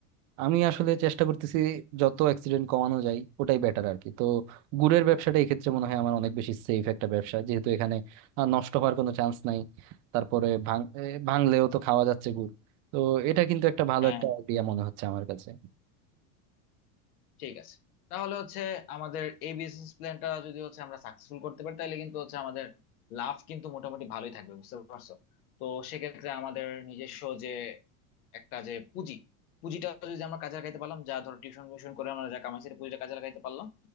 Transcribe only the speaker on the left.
হয়
ঠিক আছে তাহলে হচ্ছে আমাদের এই বিজনেস প্ল্যানটা যদি হচ্ছে আমরা সাকসেসফুল করতে পারি তাহলে কিন্তু হচ্ছে আমাদের লাভ কিন্তু মোটামুটি ভালোই থাকবে বুঝতে পারছো তো সেক্ষেত্রে আমাদের নিজস্ব যে একটা যে পুঁজি পুঁজিটা যদি আমরা কাজে লাগাইতে পারলাম যা ধরো টিউশন মিউশন করে আমরা যা কামাইছি সেই পুঁজিটা কাজে লাগাইতে পারলাম